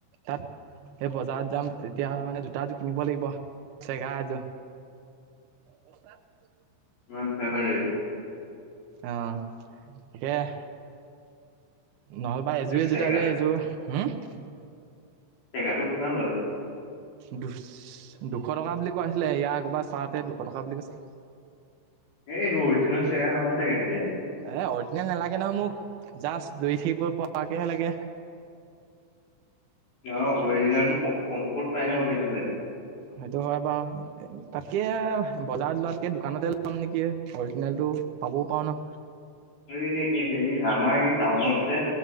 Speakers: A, on the right; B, on the left.
A: তাত। সেই বজাৰত যাম, তেতিয়া মানে জোতা এযোৰ কিনিব লাগিব, চেগা এযোৰ। জোতা <unintelligible>
B: ন থউচণ্ এই <unintelligible>
A: অ' সেইয়া। নহ'লবা এযোৰে
B: এই চেগা
A: জোতা যে, এযোৰ হ'ম
B: চেগাটো কিমান লয়?
A: দু দুশ টকা বুলি কৈছিলে, ইয়াৰ আগৰবাৰ চাওতে দুশ টকা বুলি কৈছিলে।
B: এই এইটো অৰিজিনল চেগা নহয় চাগে তেতিয়া।
A: এ অৰিজিনেল নালাগে নহয় মোক, জাষ্ট দৌৰি থাকিব পৰাকেহে লাগে।
B: অ' অৰিজিনেলটো কম্পোৰ্ট পাই ন পিন্ধিলে।
A: সেইটো হয় বাৰু। তাতকে বজাৰত লোৱাতকে দোকানতে ল'ম নেকি? অৰিজিনেলটো পাবও পাৰো ন।
B: এই-এই আমাৰ এই টাউনত যে,